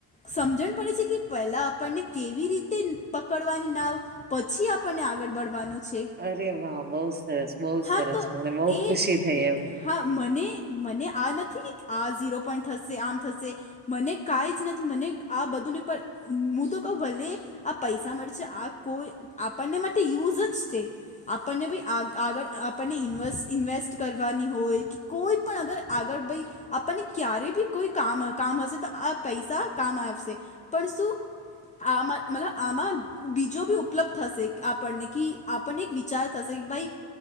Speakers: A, on the left; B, on the right.
A: સમજણ પડે છે કે પહેલા આપણને કેવી રીતે પકડવાની નાવ પછી આપણને આગળ બળવાનું છે
B: અરે વાહ બહુ સરસ બહુ
A: હા
B: સરસ
A: તો
B: મને બહુ
A: એ
B: ખુશી થઈ એમ
A: હા મને મને આ નથી આ ઝીરો પોઈન્ટ થશે આમ થશે મને કાઈ જ નથી મને આ બધુંને પણ હું તો કહઉ ભલે આ પૈસા મળશે આ કોઈ આપણને માટે યુઝ જ છે આપણને બી આ આગળ આપણને ઇન્વે ઇન્વેસ્ટ કરવાની હોય કે કોઈ પણ અગર આગળ ભાઈ આપણને ક્યારેય બી કોઈ કામ કામ હશે તો આ પૈસા કામ આવશે પણ શું આમાં મતલબ આમાં બીજો બી ઉપલબ્ધ થશે આપણને ક પણ એક વિચાર થશે ભાઈ